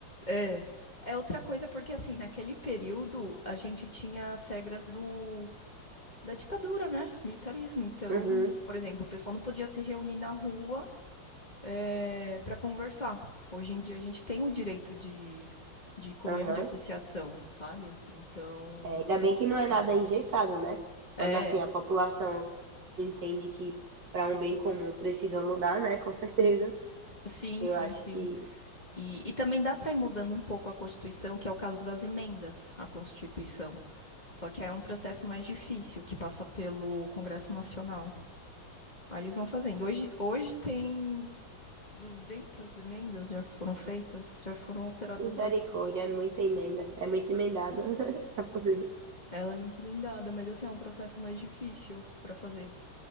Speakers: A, on the left; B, on the right.
A: É. É outra coisa porque assim, naquele período a gente tinha as regras do da ditadura, né? Militarismo. Então,
B: Uhum,
A: por exemplo, o pessoal não podia se reunir na rua é, para conversar. Hoje em dia a gente tem o direito de de comunhão
B: aham.
A: de associação, sabe? Então,
B: É, ainda
A: teve
B: bem que
A: muitas
B: não é
A: mudanças.
B: nada engessado, né?
A: É,
B: Quando assim a população entende que para um bem comum precisa mudar, né? Com certeza.
A: Sim,
B: Eu
A: sim,
B: acho
A: sim.
B: que
A: E, e também dá para ir mudando um pouco a Constituição, que é o caso das emendas à Constituição. Só que aí é um processo mais difícil, que passa pelo Congresso Nacional. Aí eles vão fazendo. Hoje, hoje tem 200 emendas, já foram feitas, já foram alteradas
B: misericórdia
A: bastante.
B: é muita emenda, é muito emendada <laughs> para poder.
A: Ela é muito emendada, mas assim, é um processo mais difícil para fazer.